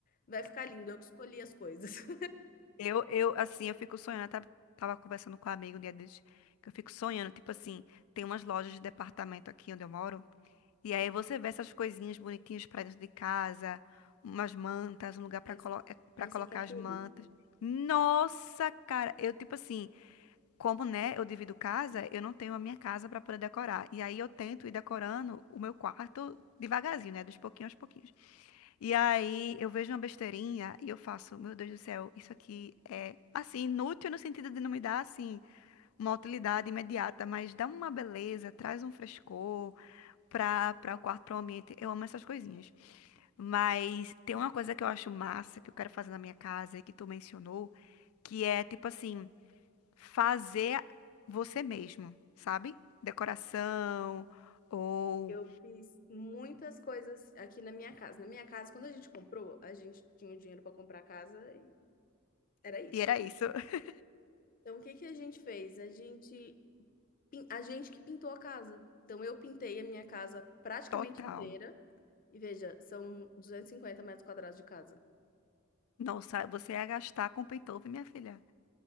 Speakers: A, on the left (about 40°); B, on the left (about 80°).
A: vai ficar lindo. Eu que escolhi as coisas. <laughs>
B: Eu, eu, assim, eu fico sonhando. Eu tava, tava conversando com um amigo um dia desses, que eu fico sonhando. Tipo assim, tem umas lojas de departamento aqui onde eu moro. E aí você vê essas coisinhas bonitinhas pra dentro de casa, umas mantas, um lugar pra,
A: Aí,
B: colo eh, pra
A: aí
B: colocar
A: você quer
B: as
A: tudo?
B: mantas. Nossa, cara, eu, tipo assim, como, né, eu divido casa, eu não tenho a minha casa pra poder decorar. E aí eu tento ir decorando o meu quarto devagarzinho, né, dos pouquinhos aos pouquinhos. E aí eu vejo uma besteirinha e eu faço, meu Deus do céu, isso aqui é assim, inútil no sentido de não me dar assim uma utilidade imediata, mas dá uma beleza, traz um frescor para para o quarto, para o ambiente. Eu amo essas coisinhas. Mas tem uma coisa que eu acho massa que eu quero fazer na minha casa e que tu mencionou, que é tipo assim, fazer você mesmo, sabe? Decoração ou
A: Eu fiz muitas coisas aqui na minha casa. Na minha casa, quando a gente comprou, a gente tinha o dinheiro para comprar a casa e era isso.
B: e era isso. <laughs>
A: Então, o que que a gente fez? A gente, pin- a gente que pintou a casa. Então, eu pintei a minha casa praticamente
B: Total.
A: inteira. E veja, são 250 metros quadrados de casa.
B: Nossa, você ia gastar com Paytove, minha filha.